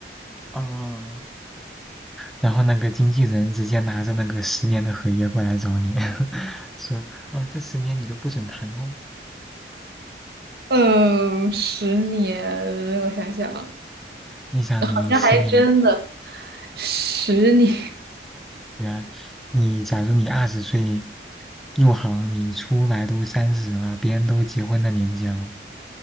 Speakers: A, in the centre; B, on the right.
A: 啊，然后那个经纪人直接拿着那个十年的合约过来找你，<laughs> 说啊、这十年你都不准谈哦。
B: 嗯，十年，我想想，
A: 你想你十年，
B: 好像还真的。十年，
A: 对啊，你假如你二十岁入行，你出来都三十了，别人都结婚的年纪了。